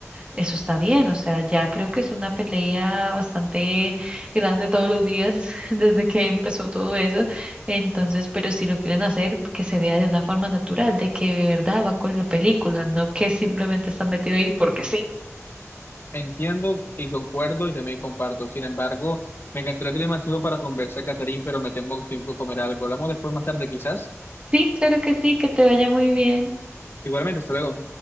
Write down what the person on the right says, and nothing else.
Eso está bien, o sea, ya creo que es una pelea bastante grande todos los días <laughs> desde que empezó todo eso. Entonces, pero si lo quieren hacer, que se vea de una forma natural, de que de verdad va con la película, no que simplemente está metido ahí porque sí.
Sí, claro que sí, que te vaya muy bien.